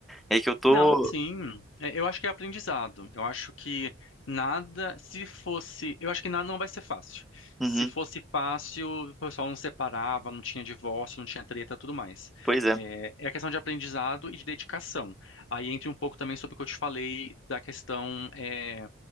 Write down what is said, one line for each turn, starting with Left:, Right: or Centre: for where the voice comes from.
Centre: É que eu tô.
Left: Não, sim. É, Eu acho que é aprendizado. Eu acho que nada, se fosse, eu acho que nada não vai ser fácil.
Centre: Uhum,
Left: Se fosse fácil, o pessoal não separava, não tinha divórcio, não tinha treta, tudo mais.
Centre: pois é.
Left: É, é a questão de aprendizado e de dedicação. Aí entra um pouco também sobre o que eu te falei da questão, é,